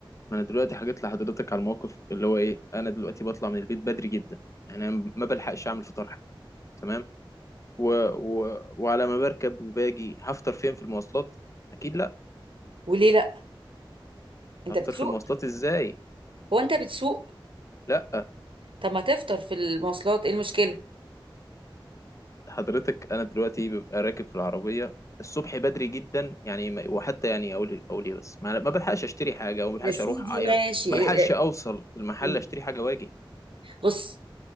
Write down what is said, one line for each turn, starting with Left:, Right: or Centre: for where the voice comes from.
Left: ما انا دلوقتي حكيت لحضرتك على الموقف اللي هو ايه انا دلوقتي بطلع من البيت بدري جدا يعني أنا ما بلحقش اعمل فطار حتى تمام و... و... وعلى ما بركب وباجي هفطر فين في المواصلات اكيد لا
Right: وليه لا انت
Left: هفطر
Right: بتسوق
Left: في المواصلات ازاي
Right: هو انت بتسوق
Left: لا
Right: طب ما تفطر في المواصلات ايه المشكله
Left: حضرتك انا دلوقتي ببقى راكب في العربيه الصبح بدري جدا يعني ما- وحتى يعني اقول اقول ايه بس ما ما بلحقش اشتري حاجه او ما بلحقش
Right: يا سيدي
Left: اروح أي-
Right: ماشي
Left: ما
Right: إيه-
Left: بلحقش اوصل المحل
Right: إيه.
Left: اشتري حاجه واجي
Right: بص